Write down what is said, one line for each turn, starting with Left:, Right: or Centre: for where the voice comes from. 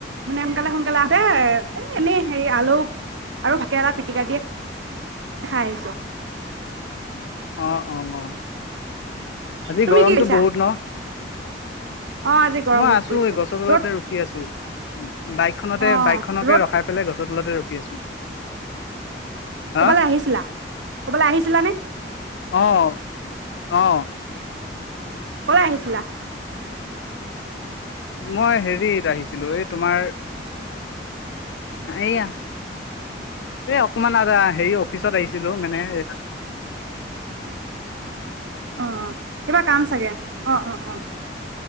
Right: মানে সোনকালে সোনকালে আহোতে এ এনেই হেৰি আলু আৰু ভাকেৰেলা পিটিকা দিয়ে খাই আহিছো
Left: অ অ অ আজি
Right: তুমি
Left: গৰমতটো
Right: কি কৰিছা?
Left: বহুত ন
Right: অ' আজি গৰম
Left: মই
Right: বহুত
Left: আছো
Right: পৰিছে।
Left: এই গছৰ তলতে
Right: ৰ'দ
Left: ৰখি আছো উম বাইকখননেতে
Right: অ'
Left: বাইকখননকে
Right: ৰ'দ
Left: ৰখাই পেলাই গছ তলাতে ৰখি আছো হা?
Right: ক'বালৈ আহিছিলা কৰ'বালৈ আহিছিলানে
Left: আহ অ
Right: কল আহিছিলা
Left: মই হেৰিত আহিছিলো এই তোমাৰ এয়া এ অকমান আৰু হেৰি অফিচত আহিছিলো মানে এ
Right: অ' অ' কিবা কাম চাগে অ' অ' অ'